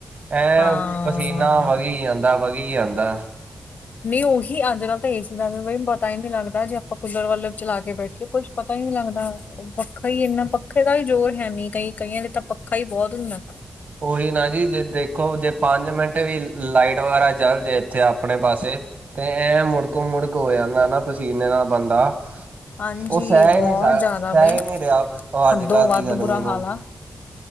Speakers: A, on the right; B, on the left.
A: ਐ
B: ਹਾਂ
A: ਪਸੀਨਾ ਵਘੀ ਜਾਂਦਾ, ਵਘੀ ਜਾਂਦਾ।
B: ਨਹੀਂ ਉਹੀ ਅੱਜ-ਕੱਲ ਤਾਂ ਏ ਸੀ ਦਾ ਵੀ, ਬ ਪਤਾ ਹੀ ਨਹੀਂ ਲੱਗਦਾ ਜੇ ਆਪਾਂ ਕੂਲਰ ਵੱਲ ਚਲਾ ਕੇ ਬੈਠੀਏ ਕੁੱਛ ਪਤਾ ਹੀ ਨੀ ਲੱਗਦਾ, ਪੱਖਾ ਹੀ ਇੰਨਾ ਪੱਖੇ ਦਾ ਹੀ ਜ਼ੋਰ ਹੈ ਨੀ, ਕਈ ਕਈਆਂ ਦੇ ਤਾਂ ਪੱਖਾ ਹੀ ਬੋਤ ਹੁੰਦਾ।
A: ਉਹੀ ਨਾ ਜੀ, ਜੇ ਦੇਖੋ, ਜੇ ਪੰਜ ਮਿੰਟ ਵੀ ਲਾਈਟ ਵਗੈਰਾ ਚਲ ਜੇ ਇੱਥੇ ਆਪਣੇ ਪਾਸੇ ਤੇ ਐ ਮੁੜਕ-ਮੁੜਕ ਹੋ ਜਾਂਦਾ ਨਾ ਪਸੀਨੇ ਨਾਲ ਬੰਦਾ
B: ਹਾਂਜੀ
A: ਉਹ ਸਹਿ
B: ਬਹੁਤ
A: ਸ,
B: ਜ਼ਿਆਦਾ
A: ਸਹਿ
B: ਬਈ
A: ਨਹੀਂ ਰਿਹਾ, ਉਹ ਅੱਜ
B: ਹੱਦੋਂ
A: -ਕੱਲ
B: ਵੱਧ
A: ਦੀ ਗਰਮੀ
B: ਬੁਰਾ
A: ਨੂੰ
B: ਹਾਲ ਆ